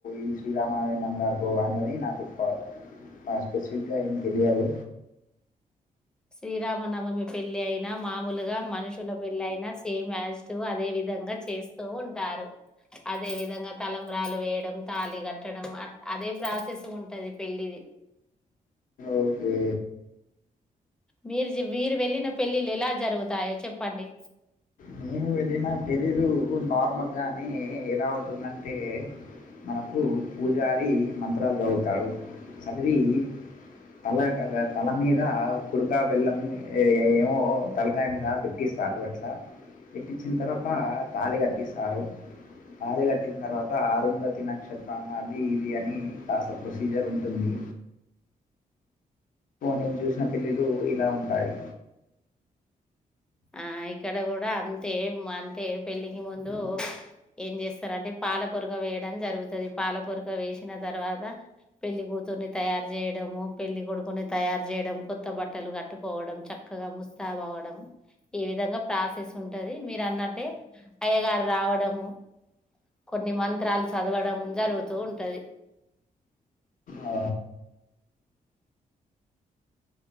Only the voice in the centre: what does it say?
శ్రీరామనవమి పెళ్లి అయినా మామూలుగా మనుషుల పెళ్లి అయినా సేమ్ యాజ్ ఇట్ ఇస్ గా అదేవిధంగా విధంగా చేస్తూ ఉంటారు. అదే విధంగా తలంబ్రాలు వేయడం తాళి కట్టడం అదే ప్రాసెస్ ఉంటది పెళ్లిది.
మీరు మీరు వెళ్ళిన పెళ్ళిళ్ళ ఎలా జరుగుతాయో చెప్పండి.
ఆ ఇక్కడ కూడా అంతే అంటే పెళ్ళికి ముందు ఏం చేస్తారంటే పాల పొరక వేయడం జరుగుతుంది పాల పొరక వేసిన తర్వాత పెళ్లి కూతుర్ని తయారు చేయడము పెళ్లి కొడుకుని తయారు చేయడం కొత్త బట్టలు కట్టుకోవడం చక్క చక్కగా ముస్తాబ్ అవ్వడం ఈ విధంగా ప్రాసెస్ ఉంటది మీరన్నట్టే అయ్యగారు రావడము కొన్ని మంత్రాలు చదవడం జరుగుతూ ఉంటది